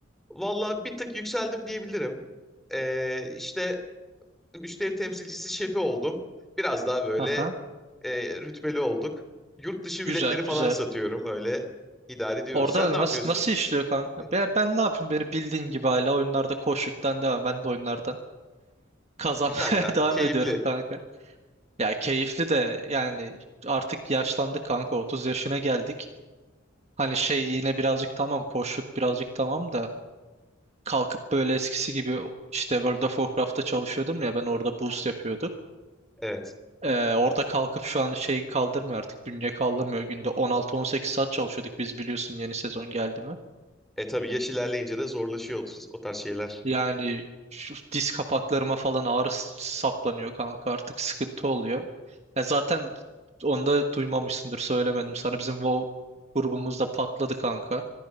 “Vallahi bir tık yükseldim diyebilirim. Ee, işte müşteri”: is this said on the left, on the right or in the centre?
Centre